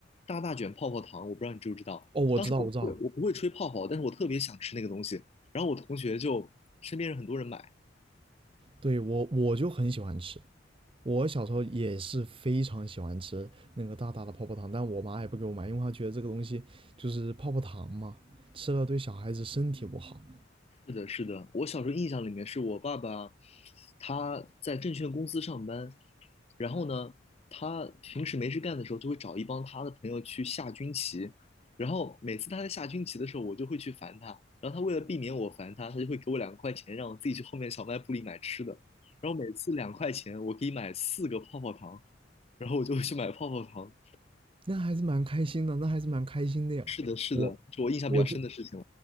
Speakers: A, on the left (about 35°); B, on the right (about 30°).
A: 大大卷泡泡糖，我不知道你知不知道，
B: 哦，我知道我知道，
A: 当时我不会我不会吹泡泡，但是我特别想吃那个东西，然后我同学就身边人很多人买。
B: 对我我就很喜欢吃，我小时候也是非常喜欢吃那个大大的泡泡糖，但我妈也不给我买，因为她觉得这个东西就是泡泡糖嘛，吃了对小孩子身体不好。
A: 是的，是的，我小时候印象里面是我爸爸，他在证券公司上班，然后呢，他平时没事干的时候就会找一帮他的朋友去下军棋，然后每次他在下军棋的时候，我就会去烦他，然后他为了避免我烦他，他就会给我两块钱，让我自己去后面小卖部里买吃的，然后每次两块钱我可以买四个泡泡糖，然后我就会去买泡泡糖。
B: 那还是蛮开心的，那还是蛮开心的呀。
A: 是的，是的，
B: 我我就，
A: 是我印象比较深的事情。